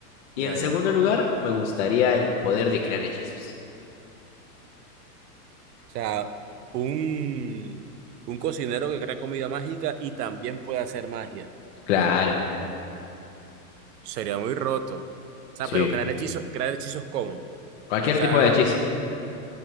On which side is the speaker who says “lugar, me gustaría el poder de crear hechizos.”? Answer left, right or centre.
Left